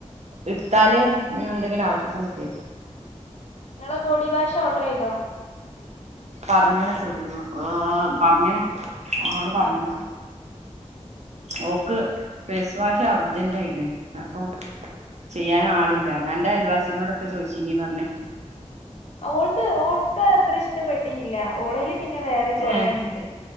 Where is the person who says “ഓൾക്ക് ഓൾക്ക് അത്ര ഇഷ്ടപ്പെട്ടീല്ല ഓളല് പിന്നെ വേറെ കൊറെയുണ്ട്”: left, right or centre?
Left